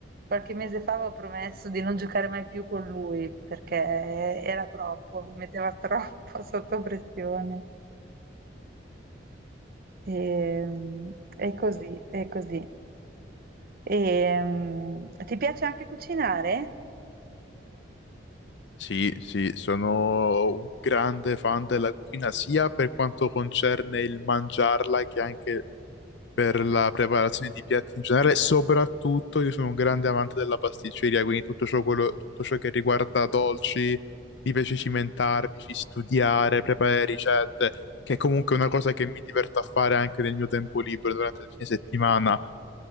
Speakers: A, on the right (about 50°); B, on the left (about 70°).
A: qualche mese fa avevo promesso di non giocare mai più con lui perché era troppo, mi metteva troppo <laughs> sotto pressione. E, mm, è così, è così. E, mm, ti piace anche cucinare?
B: Sì, sì, sono un grande fan della cucina sia per quanto concerne il mangiarla che anche per la preparazione di piatti in generale, soprattutto io sono un grande amante della pasticceria, quindi tutto ciò, quello- tutto ciò che riguarda dolci, mi piace cimentarmi, ci studiare, preparare ricette, che è comunque una cosa che mi diverto a fare anche nel mio tempo libero durante il fine settimana.